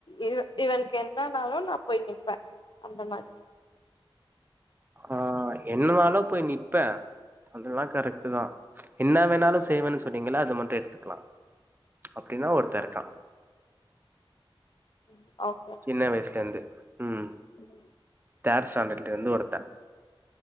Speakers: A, on the left; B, on the right.
A: இவ இவனுக்கு என்னனாலும் நா போய் நிப்ப அந்த மாரி
B: ஆ என்னனாலு போய் நிப்ப அதெல்லா கரெக்ட்டு தான் என்ன வேணாலும் செய்வேன்னு சொன்னீங்கள அது மட்டும் எடுத்துக்கலாம் அப்படின்னா ஒருத்த இருக்கான்
A: ம் ஓகே
B: சின்ன வயசுல இருந்து உம்
A: ம்
B: தேர்டு ஸ்டண்டர்ட்ல இருந்து ஒருத்தன்